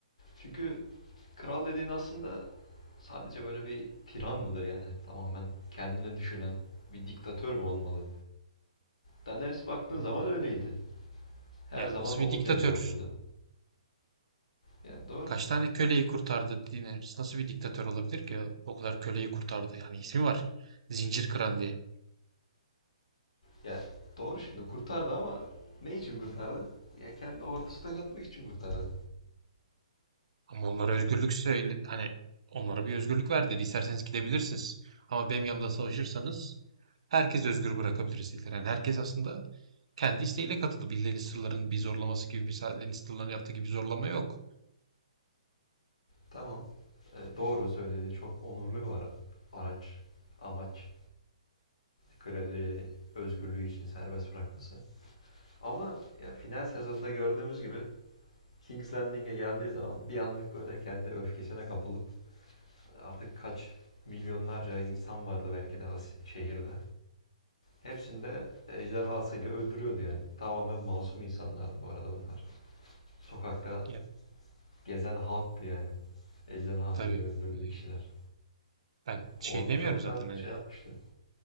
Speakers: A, on the left; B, on the right.
A: Çünkü kral dediğin aslında sadece böyle bir tiran mıdır yani? Tamamen kendini düşünen bir diktatör mü olmalı? Daenerys baktığın
B: Hı.
A: zaman öyleydi. Her
B: Ya
A: zaman
B: nasıl
A: onun
B: bir diktatör?
A: dediği oluyordu. Yani doğru.
B: Kaç tane köleyi kurtardı Daenerys? Nasıl bir diktatör olabilir ki? O kadar köleyi kurtardı. Yani ismi var. Zincir kıran diye.
A: Yani doğru şimdi kurtardı ama ne için kurtardı? Ya kendi ordusuna katmak için kurtardı.
B: Ama onlara özgürlükse el- hani onlara bir özgürlük ver dedi. İsterseniz gidebilirsiniz. Ama benim yanımda savaşırsanız herkes özgür bırakabiliriz dediler. Yani herkes aslında kendi isteğiyle katıldı. Birilerinin sırların bir zorlaması gibi, birilerinin sırlarını yaptığı gibi bir zorlama yok.
A: Tamam. E, doğru söylediğin çok onurlu bir ara- araç, amaç. köleleri özgürlüğü için serbest bırakması. Ama ya final sezonunda gördüğümüz gibi King's Landing'e geldiği zaman bir anlık böyle kendi öfkesine kapılıp artık kaç milyonlarca insan vardı belki de si- şehirde. Hepsini de ejderhasıyla öldürüyordu yani. Tamamen masum insanlardı bu arada bunlar. Sokakta
B: Ya
A: gezen halktı yani. Ejderhasıyla
B: tabii
A: öldürdüğü
B: e,
A: kişiler.
B: ben şey
A: Ordu
B: demiyorum
A: çoktan
B: zaten hani
A: şey yapmıştı.